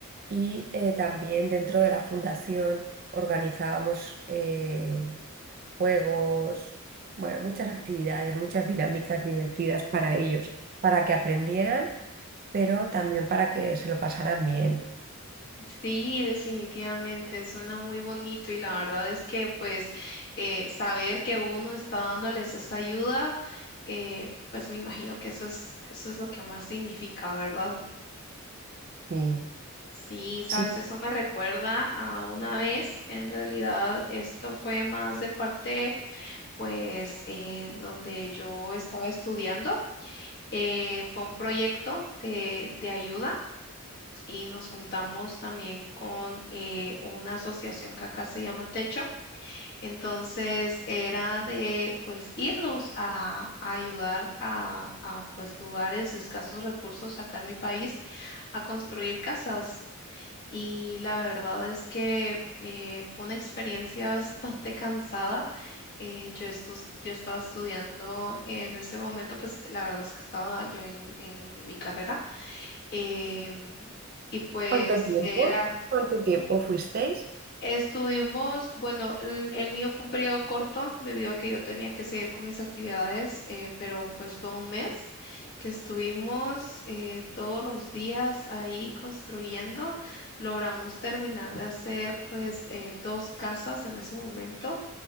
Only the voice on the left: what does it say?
Sí, definitivamente, suena muy bonito y la verdad es que pues eh, saber que uno está dándoles esa ayuda, eh, pues me imagino que eso es, eso es lo que más significa, ¿verdad?
Sí, sabes,
eso me recuerda a una vez, en realidad esto fue más de parte pues eh, donde yo estaba estudiando, eh, fue un proyecto de de ayuda. y nos juntamos también con eh, una asociación que acá se llama Techo. Entonces era de pues irnos a, a ayudar a, a pues lugares de escasos recursos acá en mi país a construir casas. Y la verdad es que eh, fue una experiencia <laughs> bastante cansada. Eh, yo, estu- yo estaba estudiando en ese momento, pues la verdad es que estaba yo en en mi carrera em, y pues
eran,
estuvimos, bueno, el, el mío fue un periodo corto debido a que yo tenía que seguir con mis actividades, eh, pero pues fue un mes que estuvimos eh, todos los días ahí construyendo. Logramos terminar de hacer pues eh, dos casas en ese momento